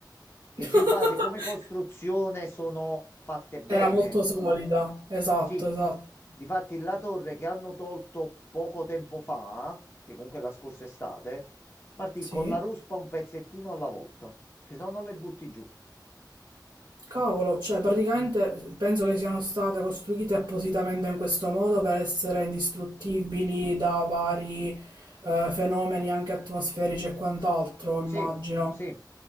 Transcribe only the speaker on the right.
<laughs>
Era molto solida. Esatto,
esatto.
Sì.
Cavolo, cioè praticamente penso che siano state costruite appositamente in questo modo per essere indistruttibili da vari eh, fenomeni anche atmosferici e quant'altro, immagino.